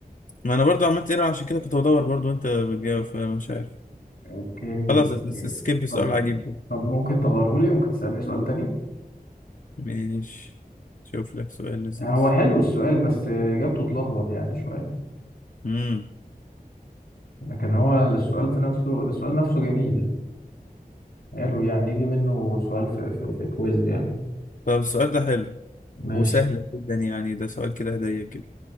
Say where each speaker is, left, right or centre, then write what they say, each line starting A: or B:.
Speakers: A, on the left; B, on the left.
A: ما انا برضه عملت ايرور عشان كده كنت بدور برضه وانت بتجاوب فمش عارف
B: اوكي
A: خلاص
B: اوكي
A: نس- سكيب السؤال
B: طب
A: العجيب ده
B: طب ممكن تغيره لي ممكن تسألني سؤال تاني
A: ماشي شوف لك سؤال لذيذ
B: آه، هو حلو السؤال بس اجابته تلخبط يعني شوية
A: امم
B: لكن هو السؤال في نفسه السؤال نفسه جميل حلو يعني يجي منه سؤال في في, في كويز يعني
A: طب السؤال ده حلو
B: ماشي
A: وسهل جدا يعني ده سؤال كده هدية كده